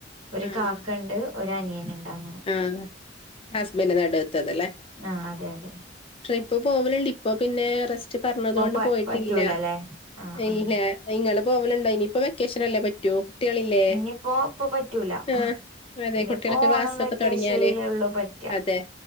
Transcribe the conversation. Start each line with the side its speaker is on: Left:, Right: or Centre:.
Right: ഒരു
Left: ആഹ്
Right: കാക്കണ്ട് ഒരനിയന്ണ്ട്. അങ്ങനെ.
Left: ആഹ് ഹസ്ബന്റ് നടൂത്തതല്ലേ?
Right: ആഹ് അതെ അതെ
Left: ട്രിപ്പ് പോവല്ണ്ട്. ഇപ്പൊ പിന്നെ റെസ്റ്റ് പറഞ്ഞതോണ്ട്
Right: ഇപ്പൊ പ
Left: പോയിട്ടില്ല.
Right: പറ്റൂലല്ലേ ആഹ് ആഹ്
Left: ഇല്ലാ. ഇങ്ങള് പോവലുണ്ടോ? ഇനീപ്പ വെക്കേഷനല്ലേ പറ്റ് റ്റോ കുട്ട്യേളില്ലേ?
Right: ഇനിയിപ്പോ ഇപ്പൊ പറ്റൂല
Left: ആഹ് അതെ
Right: ഇനിയിപ്പോ
Left: കുട്ട്യേളൊക്കെ ക്ലാസ്സ്
Right: ഓണം വെക്കേഷനിലേ
Left: തൊടങ്ങിയാല്.
Right: ഉള്ളൂ പറ്റ
Left: അതെ